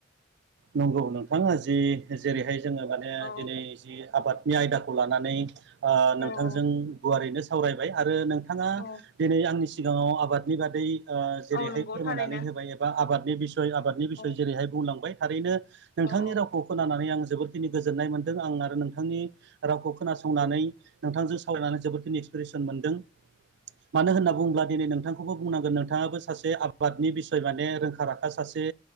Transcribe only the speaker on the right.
नंगौ नोंथाङा जि जेरैहाय जोङो माने
दिनै जि आबाद नि आयदाखौ लानानै ओ नोंथांजों
गुवारैनो सावरायबाय आरो नों बिथाङा
दिनै आंनि सिगाङाव आबादनि बादै ओ जेरैहाय
फोरमायनानै
होबाय एबा आबाद नि बिसय आबादनि बिसय
जेरैहाय बुंलांबाय थारैनो नोंथांनि
रावखौ खोनानानै आं जोबोरखिनि गोजोननाय मोनदों आं आरो नोंथांनि रावखौ खोनासंनानै नोंथांजों सावरायनानै जोबोरखिनि एक्सपिरियेन्स मोनदों मानो होनना बुङोब्ला दिनै नोंथांखौबो बुंनांगोन नोंथाङाबो सासे आबादनि बिस निफाय माने रोंखा राखा सासे